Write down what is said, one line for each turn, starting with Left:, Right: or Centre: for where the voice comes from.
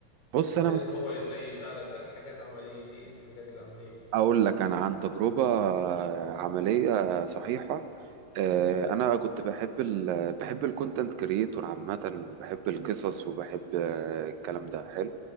Right: بص
Left: يعني
Right: أنا
Left: بعيد
Right: بس
Left: ان هو زي يساعدك لا حاجات عملية ايه الحاجات العملية دي؟
Right: أقول لك أنا عن تجربة آه، عملية صحيحة آه، أنا كنت بحب ال بحب الكونتنت كريتور عامة وبحب القصص وبحب آه، الكلام ده حلو